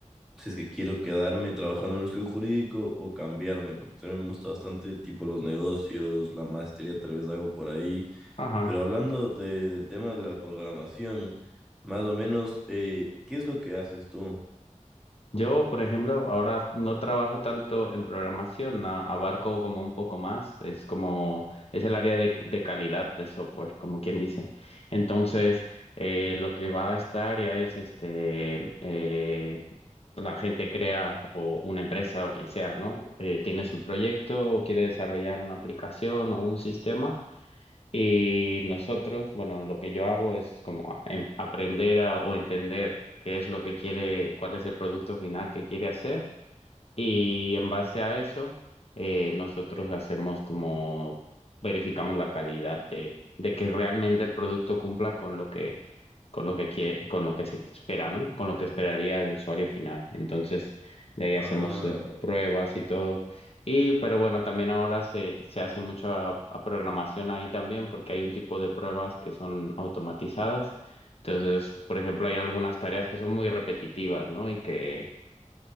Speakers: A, in the centre; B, on the left.
A: si es que quiero quedarme trabajando en un estudio jurídico o cambiarme, porque también me gusta bastante tipo los negocios, la maestría tal vez hago por ahí
B: Ajá.
A: pero hablando de- del tema de la programación, más o menos, eh, ¿qué es lo que haces tú?
B: Yo, por ejemplo, ahora no trabajo tanto en programación, a- abarco como un poco más, es como, es el área de, de calidad de software, como quien dice. Entonces, eh, lo que va a esta área es, este, eh, la gente crea o una empresa o quien sea, ¿no? Eh, tiene su proyecto o quiere desarrollar una aplicación o un sistema. Y nosotros, bueno, lo que yo hago es como a- em- aprender a- o entender qué es lo que quiere, cuál es el producto final que quiere hacer y en base a eso, eh, nosotros hacemos como, verificamos la calidad de, de que realmente el producto cumpla con lo que, con lo que quie- con lo que se espera, ¿no? Con lo que esperaría el usuario final. Entonces, de ahí
A: Ah,
B: hacemos eh, pruebas y todo. Y, pero bueno, también ahora se, se hace mucha a- programación ahí también, porque hay un tipo de pruebas que son automatizadas. Entonces, por ejemplo, hay algunas tareas que son muy repetitivas, ¿no? Y que